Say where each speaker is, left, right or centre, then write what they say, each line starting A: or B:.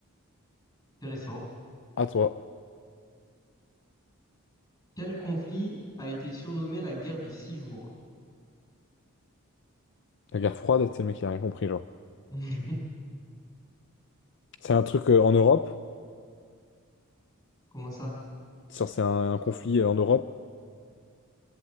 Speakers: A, on the left; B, on the left.
A: intéressant.
B: à toi.
A: Quel conflit a été surnommé la guerre des six jours?
B: La guerre froide, c'est le mec qui a rien compris, genre.
A: <laughs>
B: C'est un truc euh, en Europe.
A: Comment ça?
B: Ça, C'est un, un conflit euh, en Europe.